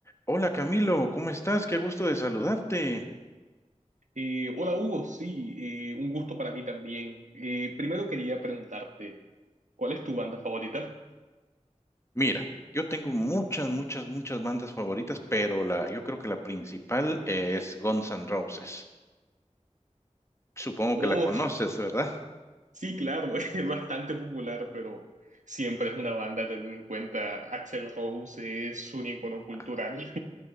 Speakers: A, on the left; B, on the right.
A: Hola Camilo, ¿cómo estás? Qué gusto de saludarte.
B: Eh, hola Hugo, sí, eh, un gusto para mí también. Eh, primero quería preguntarte, ¿cuál es tu banda favorita?
A: Mira, yo tengo muchas, muchas, muchas bandas favoritas, pero la, yo creo que la principal es Guns N' Roses. Supongo
B: Oh,
A: que la conoces, ¿verdad?
B: sí, claro, <laughs> es bastante popular, pero siempre es una banda a tener en cuenta. Axl Rose es un icono cultural.
A: Ah,